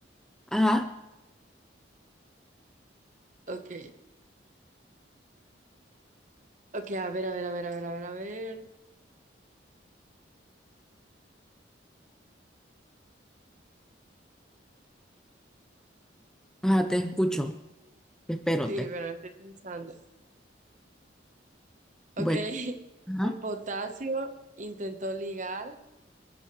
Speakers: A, in the centre; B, on the right.
A: Ajá,
B: Ok, ok, a ver, a ver, a ver, a ver, a ver, a ver.
A: ajá, te escucho. Espérote.
B: Sí, pero estoy pensando. Ok,
A: Bueno,
B: <laughs>
A: ajá.
B: el potasio intentó ligar,